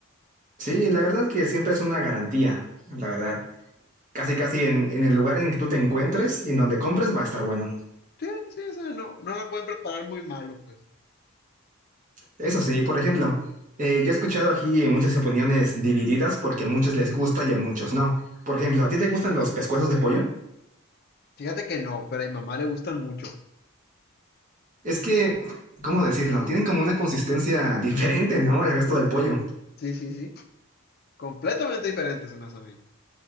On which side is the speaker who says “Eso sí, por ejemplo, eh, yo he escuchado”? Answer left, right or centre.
Right